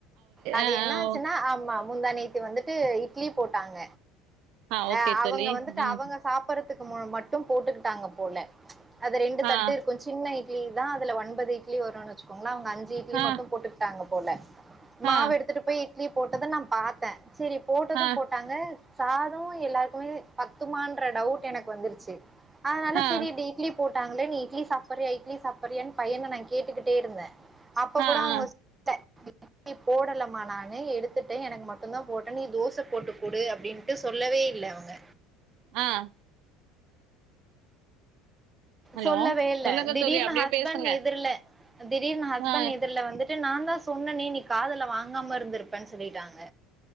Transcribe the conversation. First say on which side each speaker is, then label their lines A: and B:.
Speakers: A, on the right; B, on the right.
A: அது
B: ஆ
A: என்ன
B: ஆ
A: ஆச்சுன்னா
B: ஓகே
A: ஆமா முந்தா நேத்து வந்துட்டு இட்லி போட்டாங்க
B: ஆ ஓகே
A: அஹ் அவங்க
B: தோழி
A: வந்துட்டு
B: ம்
A: அவங்க சாப்படுறது க்கு மட்டும் போட்டுக்கிட்டாங்க போல அது ரெண்டு தட்டு
B: ஆ
A: இருக்கு சின்ன இடலி தா அதுல ஒன்பது இட்லி வரும்னு வச்சுக்கோங்க அவங்க அஞ்ச இட்லி
B: ஆ
A: மட்டும் போட்டு தாங்க போல மாவு
B: ஆ
A: எடுத்துட்டு போய் போட்டது நா பார்த்த செரி போட்டதும்
B: ஆ
A: போட்டாங்க சாதம் எல்லாருக்குமே பத்துமான்ற டவுட் எனக்கு வந்துருச்சு அதனால
B: ஆ
A: சரி இட்லி போட்டு ட்டாங்களே நீ இட்லி சாப்பறியா இட்லி சாப்பறியான்னு பையன நா கேட்டுட்டே இருந்தே அப்ப
B: ஆ
A: கூட அவங்க
B: ஆ
A: இட்லி போடலமா நானு எடுத்துட்டேன் எனக்கு மட்டும்தா போட்டே நீ தோச போட்டு கூடு அப்படின்ட்டு சொல்லவே இல்ல அவங்க
B: ஆஹ் ஹலோ
A: சொல்லவே இல்ல
B: சொல்லுங்க
A: திடீர்னு
B: தோழி அப்டியே
A: ஹஸ்பண்ட்
B: பேசுங்க
A: எதிர்ல திடீர்னு ஹஸ்பண்ட்
B: ஆ
A: எதிர்ல வந்துட்டு நா தா சொன்னேனே நீ காதுல வாங்காம இருந்திருப்பேன்னு சொல்லிட்டாங்க